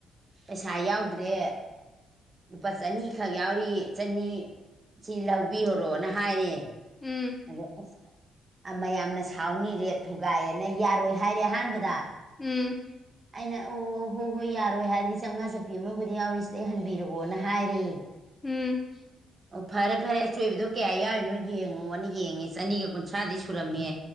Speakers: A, on the right; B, on the left.
A: ꯄꯩꯁꯥ ꯌꯥꯎꯗ꯭ꯔꯦ ꯂꯨꯄꯥ ꯆꯅꯤꯈꯛ ꯌꯥꯎꯔꯤ ꯆꯅꯤ ꯁꯤ ꯂꯧꯕꯤꯈꯣꯔꯣꯅ ꯍꯥꯏꯔꯦ
B: ꯎꯝ
A: ꯑꯗ ꯑꯁ ꯃꯌꯥꯝꯅ ꯁꯥꯎꯅꯤ ꯔꯦꯠ ꯊꯨꯒꯥꯏꯌꯦꯅ ꯌꯥꯔꯣꯏ ꯍꯥꯏꯔꯦ ꯑꯍꯥꯟꯕꯗ
B: ꯎꯝ
A: ꯑꯩꯅ ꯑꯣ ꯍꯣꯏ ꯍꯣꯏ ꯌꯥꯔꯣꯏ ꯍꯥꯏꯔꯗꯤ ꯆꯥꯝꯃꯉꯥ ꯆꯠꯄꯤ ꯑꯃꯕꯨꯗꯤ ꯌꯥꯎꯔꯤꯁꯤꯗꯩ ꯍꯟꯕꯤꯔꯛꯑꯣꯅ ꯍꯥꯏꯔꯦ
B: ꯎꯝ
A: ꯑꯣ ꯐꯔꯦ ꯐꯔꯦ ꯑꯆꯣꯏꯕꯗꯣ ꯀꯌꯥ ꯌꯥꯎꯏꯅꯣꯏ ꯌꯦꯡꯉꯑꯣꯅ ꯌꯦꯡꯉꯤ ꯆꯅꯤꯒ ꯀꯨꯟꯊ꯭ꯔꯥꯗꯤ ꯁ ꯈꯨꯔꯝꯃꯦ